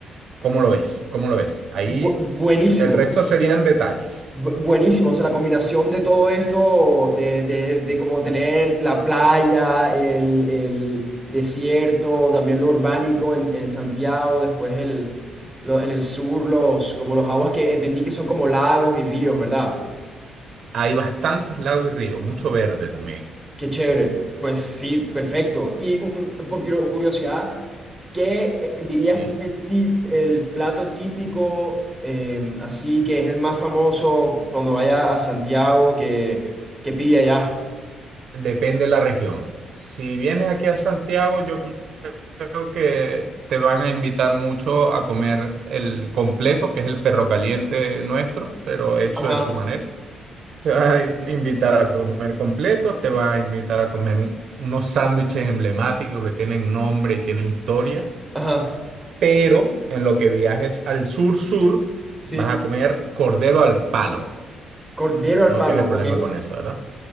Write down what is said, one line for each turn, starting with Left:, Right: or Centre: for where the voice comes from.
Right: ¿Cómo lo ves? ¿Cómo lo ves? Ahí
Centre: Bu- buenísimo.
Right: el resto serían detalles.
Centre: Bu- buenísimo. O sea, la combinación de todo esto, de, de, de como tener la playa, el, el desierto, también lo urbánico en, en Santiago, después el, lo- en el sur, los, como los aguas que entendí que son como lagos y ríos, ¿verdad?
Right: Hay bastantes lagos y ríos, mucho verde también,
Centre: Qué chévere. Pues sí, perfecto. Y u- por curio- curiosidad, ¿qué eh, dirías
Right: ¿sí?
Centre: que es el, tip- el plato típico, em, así que es el más famoso cuando vaya a Santiago que, que pide allá?
Right: Depende de la región. Si vienes aquí a Santiago, yo creo que te van a invitar mucho a comer el completo, que es el perro caliente nuestro, pero hecho
Centre: Ajá,
Right: de su manera. Te va a invitar a comer completos, te va a invitar a comer un- unos sándwiches emblemáticos que tienen nombre y tienen historia,
Centre: ajá,
Right: pero en lo que viajes al sur-sur
Centre: sí.
Right: vas a comer cordero al palo.
Centre: Cordero
Right: No
Centre: al palo,
Right: tienes
Centre: ok.
Right: problema con eso, ¿verdad?